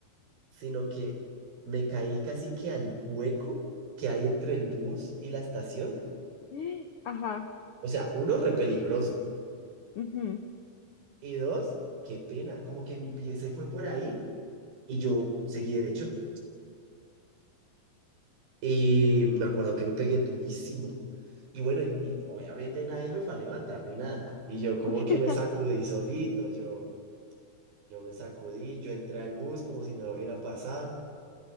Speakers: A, on the right (about 85°); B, on the left (about 85°).
A: sino que me caí casi que al hueco que hay entre el bus y la estación.
B: <gasps> Ajá.
A: O sea, uno, re peligroso.
B: ujú.
A: Y dos, qué pena, como que mi pie se fue por ahí y yo seguí derecho. Y me acuerdo que me pegué durísimo. Y bueno, y, y obviamente nadie me fue a levantar ni nada. Y yo como
B: <laughs>
A: que me sacudí solito, yo, yo me sacudí, yo entré al bus como si nada hubiera pasado.